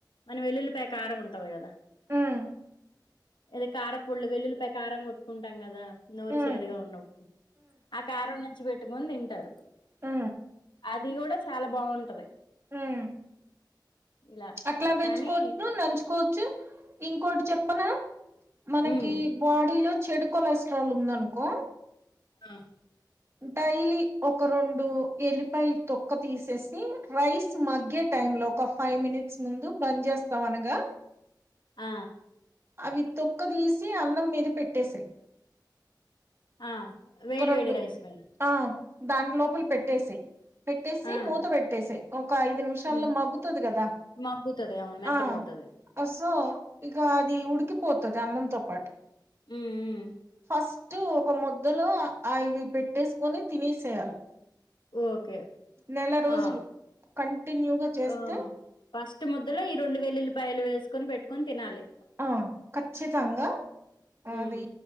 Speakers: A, on the left; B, on the right.
A: మన వెల్లుల్లి పయ కారం ఉంటది కదా
B: మ్
A: ఏది కార పొళ్ళు వెల్లుల్లిపాయి కారం కొట్టుకుంటాం కదా నోరు
B: ఉమ్
A: చేదుగా ఉన్నప్పుడు ఆ కారం నంచ్చు పెట్టుకోని తింటారు
B: ఆ
A: అది కూడా చాలా బాగుంటది
B: ఉమ్
A: ఇలా
B: అట్లా పెచ్చుకోవచ్చు
A: కానీ
B: నంచుకోవచ్చు ఇంకోొటి చెప్పనా మనకి
A: ఉమ్
B: బాడీలో చెడు కొలెస్ట్రాల్ ఉందనుకో
A: ఆ
B: డైలీ ఒక రెండు ఎల్లిపాయలు తొక్క తీసేసి రైస్ మగ్గే టైంలో ఒక ఫైవ్ మినిట్స్ ముందు బంద్ చేస్తాం అనగా
A: ఆ
B: అవి తొక్క తీసి అన్నం మీద పెట్టేసేయ్
A: ఆ వేడి
B: రెండు
A: వేడి రైస్ల
B: ఆ దాని లోపల పెట్టేసై పెట్టేసి
A: ఆ
B: మూత పెట్టేసేయ్ ఒక ఐదు నిమిషాల్లో
A: ఉ
B: మగ్గుతది కదా
A: మగ్గుతది అవును మెత్తగా
B: ఆ
A: అవుతది
B: అ సో ఇక అది ఉడికిపోతది అన్నంతో పాటు
A: మ్ మ్
B: ఫస్ట్ ఒక ముద్దలో అవి పెట్టేసుకొని తినేసేయాలి
A: ఓకే
B: నెల రోజులు
A: ఆ
B: కంటిన్యూగా చేస్తే
A: ఆ ఫస్ట్ ముద్దలో ఈ రెండు వెల్లుల్లిపాయలు వేసుకొని పెట్టుకొని తినాలి
B: ఆ ఖచ్చితంగా అది
A: ఉమ్